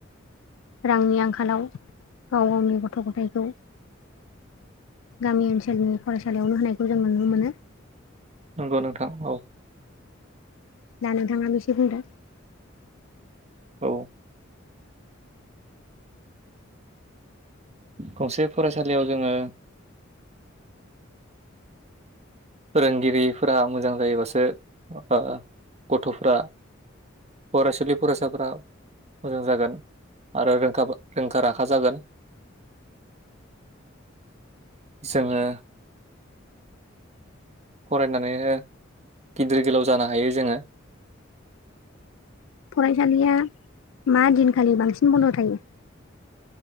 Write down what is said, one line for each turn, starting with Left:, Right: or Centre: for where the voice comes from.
Left: रांनि आंखालाव गाव गावनि गथ' गथायखौ। गामि ओनसोलनि फरायसालियावनो होनायखौ जों नुनो मोनो।
Right: नोंगौ नोंथां औ।
Left: दा नोंथाङाबो एसे बुंदो।
Right: औ। गंसे फरायसालियाव जोङो। फोरोंगिरिफोरा मोजां जायोबासो ओ गथ'फ्रा। फरायसुलि फरायसाफ्रा। मोजां जागोन आरो रोंखा रोंखा राखा जागोन। जोङो। फरायनानैनो गिदिर गोलाव जानो हायो जोङो।
Left: फरायसालिया मा दिनखालि बांसिन बन्द' थायो।